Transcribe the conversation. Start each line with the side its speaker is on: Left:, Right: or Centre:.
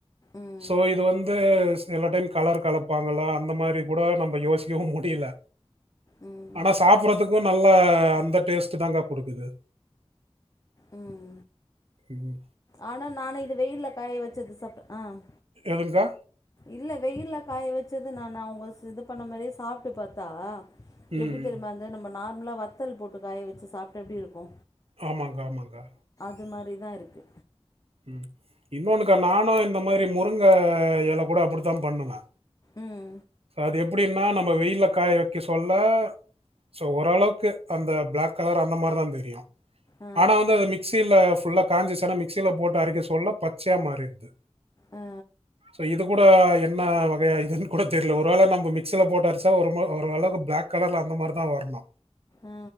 Left: ம்,
Right: சோ இது வந்து ச எல்லா டைம் கலர் கலப்பாங்களா அந்த மாதிரி கூட நம்ம யோசிக்கவு முடியல
Left: ம்,
Right: ஆனா சாப்பறதுக்கும் நல்ல அந்த டேஸ்ட் தாங்க்கா கொடுக்குது
Left: உம்
Right: உம்
Left: ஆனா நான இது வெயில்ல காய வச்சது சாப்டா ஆஹ்
Right: எதுங்கா?
Left: இல்ல வெயில்ல காய வச்ச சது நா அவுங்க இது பண்ண மாதிரியே சாப்ட்டு பாத்தா
Right: ம்.
Left: எப்டி தெரிமா அந்த நம்ம நால நம்ளா வத்தல் போட்டு காய வச்சு சாப்டா எப்டி இருக்கு
Right: ஆமாங்க ஆமாங்க
Left: அது மாரி தா இருக்கு
Right: ம் இன்னொன்னுக்கா நானு இந்த மாரி முருங்க எல கூட அப்டித்தா பண்ணுவே
Left: உம்
Right: சோ அது எப்டின்னா நம்ம வெயில காய வெக்க சொல்ல சோ ஓரளவுக்கு அந்த பிளாக் கலர் அந்த மாரிதா தெரியு
Left: ஆ
Right: ஆனா வந்து அது மிக்சியில ஃபுல்லா காஞ்சிச்சினா மி க்சில போட்டு அரைக்க சொல்ல பச்சையா மாறித்து
Left: ஆ
Right: சோ இது கூட என்ன வகயா இதுன் கூட தெர்ல ஒரு வேல நம்ப மிக்சில போட்டு அரச்சா ஒரு மு ஒரு அளக்வுக் பிளாக் கலர்லா அந்த மாரிதா வர்ணு
Left: ஆ